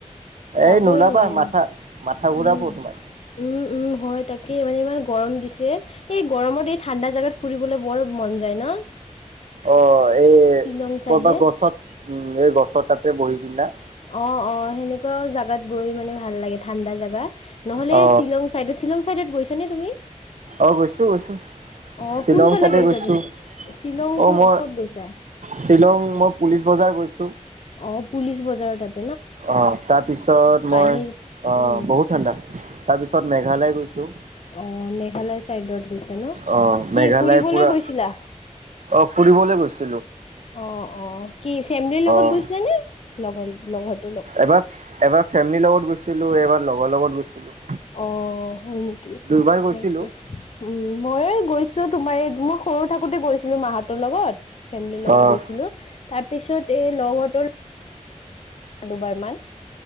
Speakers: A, on the left; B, on the right.
A: যাবই
B: এই নোলাবা
A: নোৱাৰি
B: মাথা মাথা ঘূৰাব
A: উম
B: তোমাৰ
A: উম। উম হয় তাকে মানে ইমান গৰম দিছে। যে এই গৰমত এই ঠাণ্ডা জোগাত ফুৰিবলৈ বৰ মন যায় ন।
B: অ এই
A: শ্বিলং চাইডে
B: কৰ'বা গছত উম এই গছৰ তাতে বহি পিন্ধন
A: অ অ সেনেকুৱাও জাগাত গৈ মানে ভাল লাগে ঠাণ্ডা জাগা নহ'লে
B: অ
A: শ্বিলং চাইদ শ্বিলং চাইত গৈছ নে তুমি।
B: অ গৈছো, গৈছো।
A: অ
B: শ্বিলং
A: কোনফালে
B: চাইডে
A: গৈছা
B: গৈছো
A: তুমি? শ্বিলং
B: অ
A: ক
B: মই
A: ক'ত গৈছা?
B: শ্বিলং মই পুলিচ। পছ বজাৰ গৈছো।
A: অ পুলিচ বজাৰ তাত।
B: অ তাৰপিছত মই
A: সেই
B: অ
A: উম
B: বহুত ঠাণ্ডা। তাৰপিছত মেঘালয় গৈছোঁ।
A: অ মেঘালয় চাইডত গৈছো ন
B: অ
A: কি
B: মেঘালয়
A: ফুৰিবলৈ
B: পুৰা
A: গৈছিলা।
B: অ ফুৰিবলৈ গৈছে।
A: অ অ কি ফেমিলিৰ লগত
B: অ
A: গৈছিলা নে লগৰ লগত।
B: এবাৰ এবাৰ ফেমিলিৰ লগত গৈছিলো এবাৰ লগৰ লগত গৈছিলো।
A: অ হয় নেকি
B: দুইবাৰ গৈছিলো।
A: সেইটো উম ময়ে গৈছো। তোমাৰ এই মই সৰু থাকোতে গৈছিলো মাহঁতৰ লগত। ফেমিলিৰ লগত
B: অ'।
A: গৈছিলো তাৰ পিছত এই লগহতৰ। বাৰ মই